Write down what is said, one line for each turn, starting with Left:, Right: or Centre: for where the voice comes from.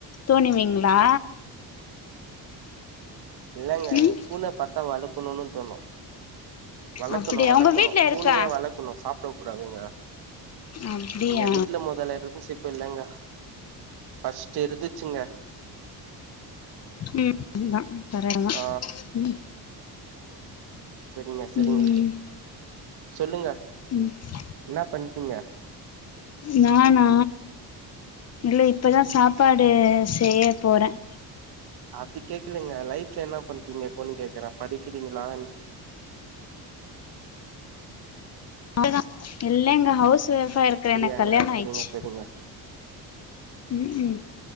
Left: தோணுவிங்களா
Right: இல்லங்க
Left: ம்
Right: எனகு பூன பார்த்தா வளக்கணும்னு தோணு வளர்க்கணு
Left: அப்படியா
Right: வளர்க்கணு
Left: உங்க வீட்ல இருக்கா
Right: பூனைய வளர்க்கணு சாப்ட கூடாதுங்க
Left: அப்படியா
Right: எங்க வீட்டுல மொதல இருந்ச் இப்ள்ளைங்க ஃபஸ்ட் இருந்துச்சுங்க
Left: ம் ந தரையட தா
Right: ஆ
Left: ம்
Right: சரிங்க சரிங்க
Left: ம்
Right: சொல்லுங்க
Left: ம்
Right: என்ன பண்ட்டீங்க
Left: நானா இல்ல இப்பதான் சாப்பாடு செய்ய போறேன்
Right: அது கேக்கலீங்க லைப்ல என்ன பண்ணறீங்க அப்டினு கேக்குறேன் படிக்கிறீங்களா
Left: அன் இல்லங்க ஹவுஸ் ஒய்ஃபா இருக்கறேன்
Right: அப்படியாங்க
Left: எனக்கு கல்யாணம்
Right: செரிங்க
Left: ஆயிடுச்சு
Right: செரிங்க
Left: உம் உம்